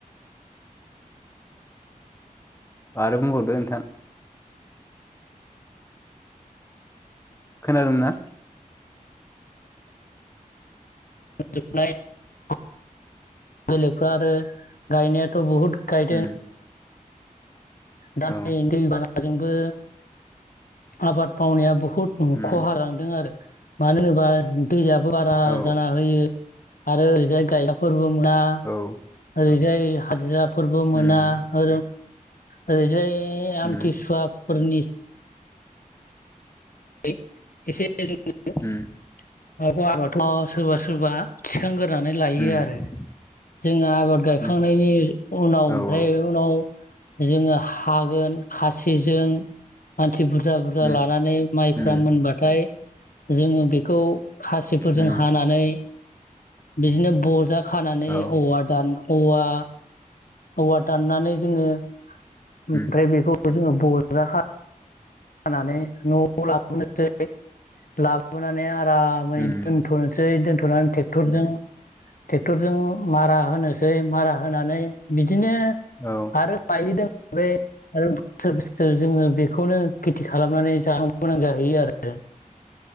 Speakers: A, on the left; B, on the left.
A: आरो बुंबावदो नोंथां खोनादोंना
B: जोबनाय बेलेगफ्रा आरो गायनायाथ' बहुद गायदों
A: उम
B: दा
A: औ
B: दैबानाजोंबो आबाद मावनाया बहु द
A: उम
B: खहा लांदों आरो मानो होनोबा दैयाबो बारा
A: औ
B: जाना होयो आरो ओरैजाय गायगफोरबो मोना
A: औ
B: ओरैजाय हाजिरा फोरबो मोना
A: उम
B: ओ ओरैजाय आमथिसुवाफोरनि
A: उम
B: <unintelligible> सोरबा
A: उम
B: सोरबा थिखांग्रोनानै लायो
A: उम
B: आरो जोंङो आबाद गायखांनायनि
A: उम
B: उनाव ओमफ्राय
A: औ औ
B: उनाव जोङो हागोन खासिजों मानसि बुरजा बुरजा
A: उम
B: लानानै माइ फुरा
A: उम
B: मोनबाथाय जोङो बेखौ खासिफोरजों
A: उम
B: हानानै बिदिनो बजा खानानै
A: औ
B: औवा दान औवा औवा दाननानै जोङो ओमफ्राय
A: उम
B: बेखौ जोङो बजा। खानानै न'आव लाबोनोसै लाबोनानै आरो आरामै
A: उम
B: दोनथ'नोसै। नानै ट्रेक्टर जों मारा होनोसै मारा होनानै बि बिदिनो
A: औ
B: आरो मायलि दोनबाय आरो बोसोर बोसोर जोङो बेखौनो खेथि खालामनानै जानो गोनां जाहैयो आरो।